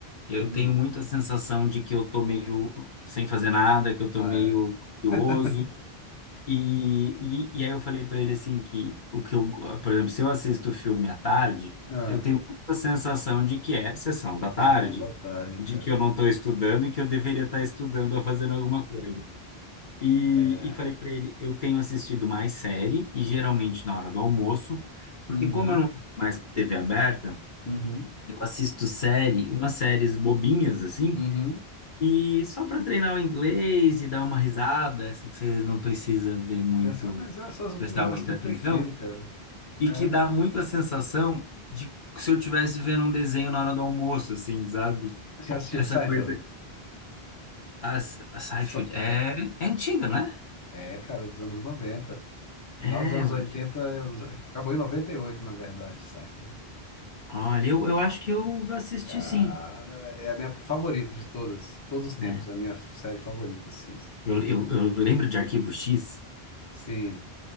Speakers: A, on the left; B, on the left.
A: eu
B: Hum.
A: tenho muita sensação de que eu tô meio sem fazer nada, que eu tô
B: Ah,
A: meio
B: é. <laughs>
A: curioso. E, e, e aí eu falei pra ele assim que o que eu, por exemplo, se eu assisto filme à tarde,
B: Ah,
A: eu tenho muita sensação de que é sessão da
B: sessão
A: tarde,
B: da tarde,
A: de
B: cara.
A: que eu não estou estudando e que eu deveria estar estudando ou fazendo alguma coisa. E,
B: É.
A: e falei para ele, eu tenho assistido mais série e geralmente na hora do almoço, porque
B: Uhum,
A: como eu não tenho mais TV aberta,
B: uhum,
A: eu assisto série, umas séries bobinhas assim,
B: uhum.
A: e só para treinar o inglês e dar uma risada, essa que você não precisa ver muito,
B: Essa, mas essas
A: prestar
B: são
A: muita
B: as que eu
A: atenção,
B: prefiro, cara.
A: e
B: É.
A: que dá muito a sensação de que se eu estivesse vendo um desenho na hora do almoço, assim, sabe?
B: Você assistiu
A: Essa
B: Seinfeld?
A: coisa, a, a Seinfeld
B: Sa-
A: é, é antiga, não é?
B: É, cara, dos anos noventa Final
A: É,
B: dos anos
A: eu
B: 80
A: acho.
B: eu- acabou em 98 na verdade, Seinfeld.
A: Olha, eu, eu acho que eu assisti
B: Cara,
A: sim,
B: é a minha favorita de todas, todos os tempos.
A: né?
B: É a minha série favorita, assim. sabe?
A: Eu,
B: Hum,
A: eu, eu lembro de Arquivo X.
B: Sim.